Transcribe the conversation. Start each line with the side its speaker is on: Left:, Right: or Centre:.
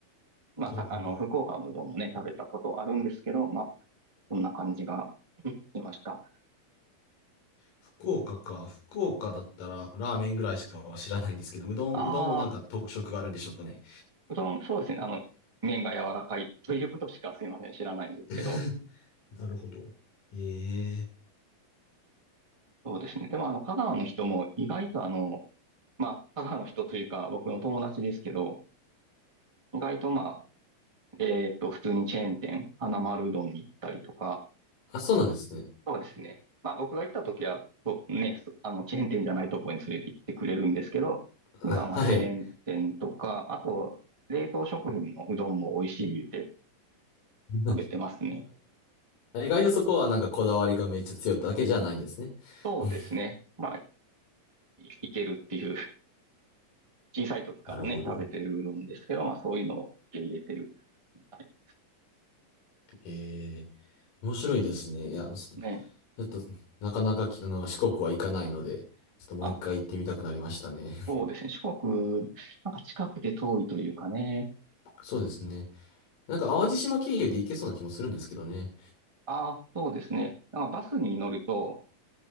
Right: まあ、
Left: なるほど。
Right: たあの、福岡のうどんもね、食べたことあるんですけど、まあ、そんな感じがうんしました。
Left: 福岡か。福岡だったらラーメンぐらいしかは知らないんですけど、うどん、
Right: ああ、
Left: うどんもなんか特色があるんでしょうかね。
Right: うどん、そうですね。あの、麺が柔らかいということしかすいません、知らないんですけど。
Left: <laughs> なるほど。ええ。
Right: そうですね。でも、あの、香川の人も意外とあの、まあ、母の人というか、僕の友達ですけど、意外とまあ、えーっと、普通にチェーン店、花丸うどんに行ったりとか、
Left: あ、そうなんですね。
Right: そうですね。まあ、僕が行った時は、そうね、そあの、チェーン店じゃないところに連れて行ってくれるんですけど、
Left: <laughs>
Right: 普段はチェーン店とか、
Left: はい。
Right: あと、冷凍食品のうどんも美味しい言って
Left: <laughs>
Right: 食べてますね。
Left: あ、意外とそこはなんかこだわりがめっちゃ強いだけじゃないんですね。
Right: そうですね。
Left: <laughs>
Right: まあ、いいけるっていう、小さい時からね、
Left: なるほど。
Right: 食べてるうどんですけど、まあ、そういうのも受け入れてるみたいで
Left: へえ。面白いですね。いや、そち
Right: すね。
Left: ょっと、なかなかき、あの、四国は行かないので、ちょっともう一回行ってみたくなりましたね。
Right: あそうですね。四国、なんか近くて遠いというかね。
Left: <laughs> そうですね。なんか淡路島経由で行けそうな気もするんですけどね。
Right: ああ、そうですね。なんかバスに乗ると、